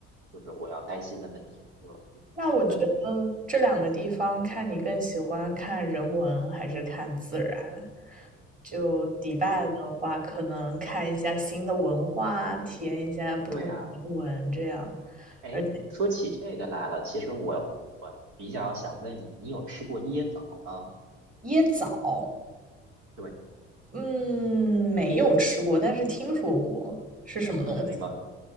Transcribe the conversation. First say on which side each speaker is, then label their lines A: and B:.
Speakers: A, on the right; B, on the right.
A: 就是我要担心的问题。就嗯，
B: 那我觉得这两个地方，
A: 我觉得
B: 看你更喜欢看人文还是看自然。就迪拜的话，
A: 对
B: 可能看一下新的文化，体验一下不同的人文这样。
A: 对呀、哎，
B: 而且
A: 说起这个来了，其实我我比较想问你，你有吃过椰枣吗？
B: 椰枣，
A: 对，
B: 嗯，没有吃过，但是听说过是什么东西。
A: 就是那个，